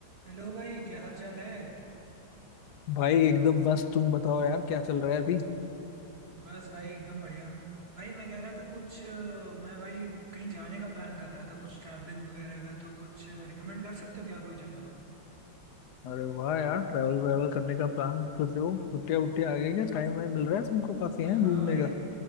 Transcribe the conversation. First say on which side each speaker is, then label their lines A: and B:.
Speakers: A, on the right; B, on the left.
A: Hello भाई क्या हाल चाल है
B: भाई एकदम बस तुम बताओ यार क्या चल रहा है अभी
A: बस भाई एकदम बढ़िया भाई मैं कह रहा था कुछ अ, मैं भाई कहीं जाने का प्लान कर रहा था कुछ ट्रैवलिंग वगैरह का तो कुछ रिकमेंड कर सकते हो क्या कोई जगह
B: अरे वाह यार ट्रैवल व्रैवल करने का प्लान कर रहे हो छुट्टियाँ वुट्टियाँ आ गई क्या टाइम वाइम मिल रहा है तुमको काफी
A: हाँ
B: है घूमने
A: भाई
B: का